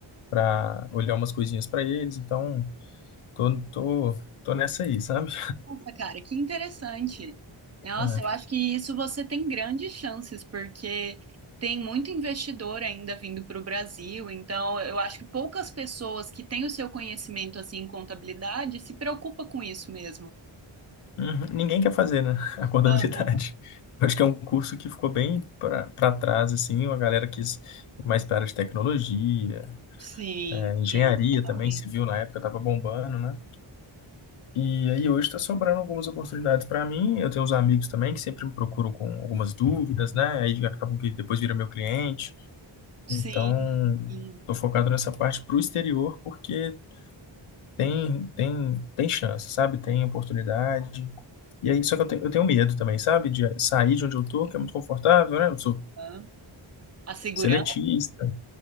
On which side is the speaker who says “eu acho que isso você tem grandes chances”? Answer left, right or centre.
Right